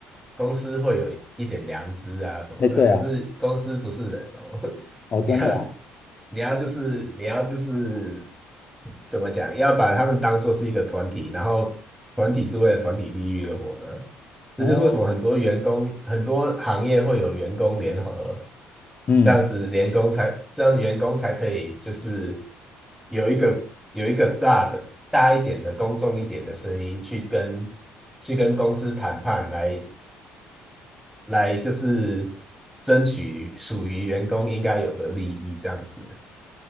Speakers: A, in the centre; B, on the left (about 35°).
A: 公司会有一点良知啊什么的，
B: 哎，对啊，
A: 可是公司不是人哦，<laughs>
B: 哦真的啊，
A: 你要是你要就是你要就是怎么讲，要把他们当做是一个团体，然后团体是为了团体利益而活的，这就是为什么很多员工、
B: 哦
A: 很多行业会有员工联合，
B: 嗯
A: 这样子联工才这样员工才可以就是有一个有一个大的大一点的公众一点的声音去跟去跟公司谈判来来就是争取属于员工应该有的利益这样子。